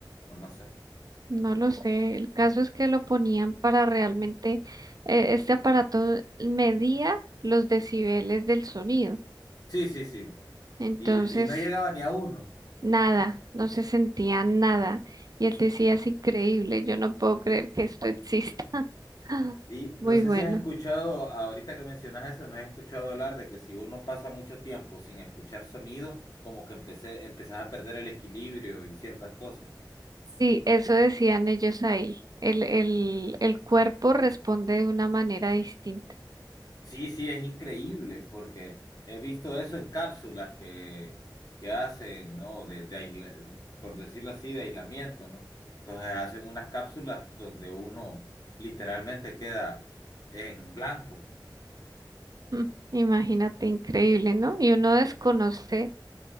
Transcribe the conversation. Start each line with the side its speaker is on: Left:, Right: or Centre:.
Left: O no sé.
Right: no lo sé. El caso es que lo ponían para realmente, eh, este aparato medía los decibeles del sonido.
Left: Sí, sí, sí.
Right: Entonces,
Left: Y, y no llegaba ni a uno.
Right: nada, no se sentía nada. Y él decía, es increíble, yo no puedo creer que esto exista. <laughs> <gasps>
Left: Y no
Right: Muy
Left: sé
Right: bueno.
Left: si has escuchado, ahorita que mencionas eso, no has escuchado hablar de que si uno pasa mucho tiempo sin escuchar sonidos, como que empecé, empezás a perder el equilibrio y ciertas cosas.
Right: Sí, eso decían ellos ahí. El, el, el cuerpo responde de una manera distinta.
Left: Sí, sí, es increíble, porque he visto eso en cápsulas que, que hacen, ¿no? De, de aisla- por decirlo así, de aislamiento, ¿no? Entonces hacen unas cápsulas donde uno literalmente queda en blanco.
Right: Mm, Imagínate, increíble, ¿no? Y uno desconoce